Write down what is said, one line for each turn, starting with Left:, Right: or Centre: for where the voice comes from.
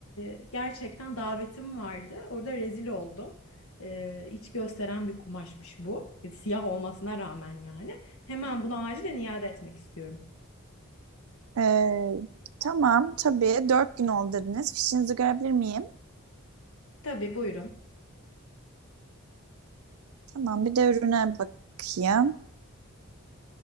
Left: E, gerçekten davetim vardı. Orada rezil oldum. E, iç gösteren bir kumaşmış bu. E, siyah olmasına rağmen yani. Hemen bunu acilen iade etmek istiyorum.
Right: Ee, tamam tabii dört gün oldu dediniz. Fişinizi görebilir miyim?
Left: Tabii buyurun.
Right: Tamam bir de ürüne bakayım.